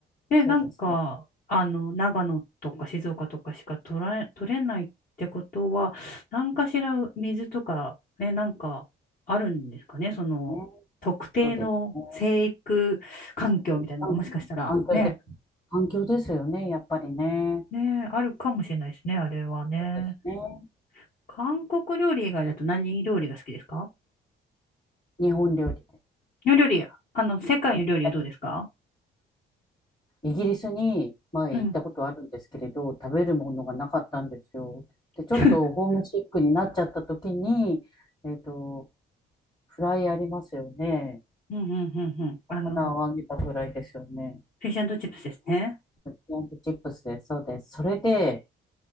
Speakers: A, on the left; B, on the left.
A: で、
B: そうですね。
A: なんか、あの、長野とか静岡とかしか取られ、取れないってことは、何かしら水とか、ね、なんかあるんですかね、その、
B: ね、
A: 特定の生育環境みたいなのがもしかしたらね、
B: そうですね。環環境です。環境ですよね、やっぱりね。
A: ね、あるかもしれないですね、あれはね。
B: そうですね。
A: 韓国料理以外だと何料理が好きですか
B: 日本料理
A: の料理や、あの、世界の料理はどうですか
B: で。やっぱり、イギリスに前行ったことあるんですけれど、
A: うん。
B: 食べるものがなかったんですよ。で、ちょっとホームシックになっちゃった時に、
A: <laughs>
B: えっと、フライありますよね。
A: うんうんうんうん。あの、
B: 魚を揚げたフライですよね。
A: フィッシュチップスですね。
B: ポンプチップスです。そうです。それで、